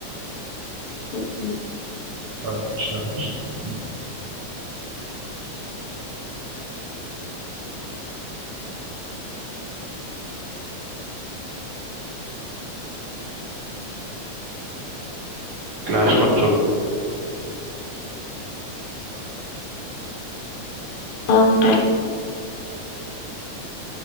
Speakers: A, on the left; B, on the right.
A: ହୁଁ।
B: <unintelligible> କ୍ଲାସ୍ କରୁଛୁ?
A: ହଁ କ୍ଲା